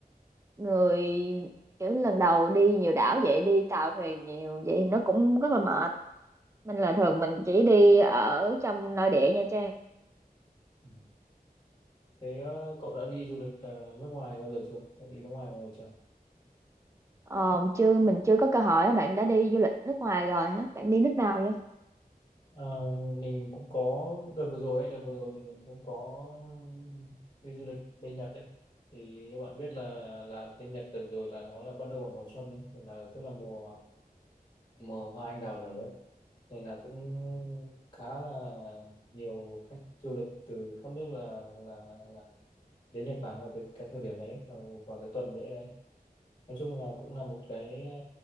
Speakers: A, on the right; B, on the left.
A: người kiểu lần đầu đi nhiều đảo vậy đi tàu thuyền nhiều vậy nó cũng rất là mệt mình là thường mình chỉ đi ở trong nội địa Nha Trang
B: Ừ. thế ờ, cậu đã đi du lịch ờ, nước ngoài bao giờ chưa đã đi nước ngoài bao giờ chưa
A: Ờ, chứ mình chưa có cơ hội á, bạn đã đi du lịch nước ngoài rồi hả? Bạn đi nước nào vậy?
B: Ờ, mình cũng có đợt vừa rồi ấy, đợt vừa rồi thì mình cũng có đi du lịch bên Nhật đấy thì như bạn biết là là bên Nhật đợt rồi là nó là bắt đầu vào mùa xuân ấy tức là tức là mùa mùa hoa anh đào nở ấy nên là cũng khá là nhiều khách du lịch từ khắp nước là là, là đến Nhật Bản vào cái, cái thời điểm đấy vào, vào cái tuần lễ đấy nói chung là cũng là một cái ờ,